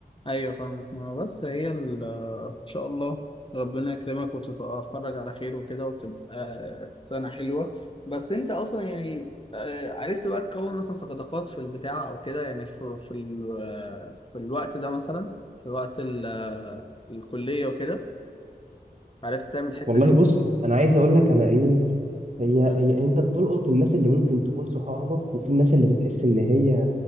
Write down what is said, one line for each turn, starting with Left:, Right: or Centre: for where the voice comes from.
Left: ايوه فاهمك ما هو بس هي ال- ان شاء الله ربنا يكرمك وتتخرج على خير وكده وتبقى سنة حلوة بس انت اصلا يعني آه، عرفت بقى تكون مثلا صداقات في البتاع او كده يعني في في ال- آه، في الوقت ده مثلا في وقت ال- آه، الكلية وكده عرفت تعمل الحتة
Right: والله
Left: دي
Right: بص انا عايز اقول لك انا ايه هي
Left: امم
Right: هي انت بتلقط الناس اللي ممكن تكون صحابك وفي الناس اللي بتحس ان هي